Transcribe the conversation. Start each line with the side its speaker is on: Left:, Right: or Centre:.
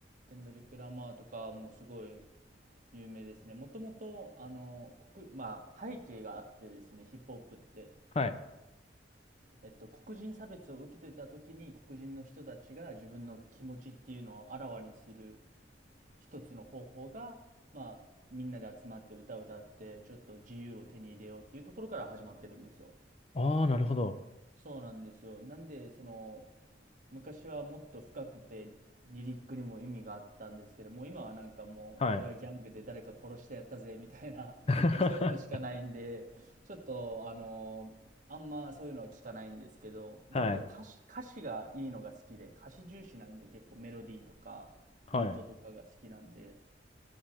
Right: ケンドリック・ラマーとかもすごい有名ですねもともとあの国まあ、背景があってですねヒップホップって、
Left: はい。
Right: えっと、黒人差別を受けてた時に黒人の人たちが自分の気持ちっていうのをあらわにする一つの方法が、まあ、みんなで集まって歌を歌ってちょっと自由を手に入れようっていうところから始まってるんですよ。
Left: ああ、なるほど。
Right: そうなんですよ。なんで、その、昔はもっと深くて、リリックにも意味があったんですけども、今はなんかもう、
Left: はい。
Right: 俺はギャングで誰か殺してやったぜ、みたいな <laughs>、
Left: <laughs>
Right: もうそういうのしかないんで、ちょっと、あの、あんまそういうのは聞かないんですけど、もっと歌詞、
Left: はい。
Right: 歌詞がいいのが好きで、歌詞重視なんで結構メロディーとか、
Left: はい。
Right: ビートとかが好きなんで、